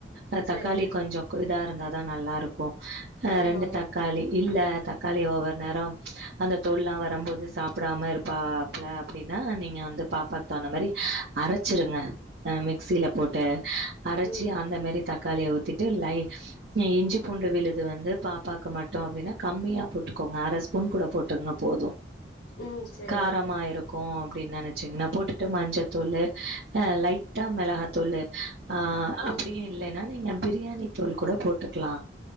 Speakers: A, on the right; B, on the left.
A: அ
B: சேரிங்க
A: தக்காளி
B: சிஸ்
A: கொஞ்சோ கு இதா இருந்தாதா நல்லாருக்கு அ
B: ஆமா
A: ரெண்டு
B: ஆமா
A: தக்கா காளி இல்ல தக்காளி ஒவ்வொரு நேரம் அந்த தோள்லா வரம்போது சாப்டாம இருப்பா ல அப்டின்னா நீங்க வந்து பாப்பாக்கு தகுந்த மாரி அரச்சிருங்க ஆ மிக்சில போட்டு அரச்சி
B: ம் ம்
A: அந்த மேரி தக்காளிய ஊத்திட்டு லை இ இஞ்சி பூண்டு விழுது வந்து பாப்பாக்கு மட்டு அப்டினா கம்மியா போட்டுகோங்க அர ஸ்பூன் கூட போட் டுங்க போது
B: ம் சேரிங்க
A: காரமாய்ரு கு அப்டின் நனச்சிங்னா போட்டுட்டு மஞ்சள்த்தூளு அ லைட்டாக மிளகாத்தூளு <inaudible> ஆ
B: ம்
A: அப்டியு இல்லன்னா நீங்க பிரியாணி தூள் கூட போட்டுக்லா